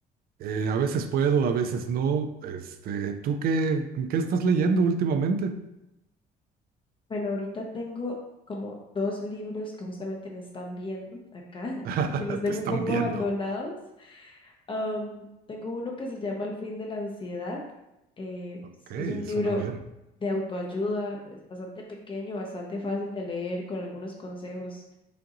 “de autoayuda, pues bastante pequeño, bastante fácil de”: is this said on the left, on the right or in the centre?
Left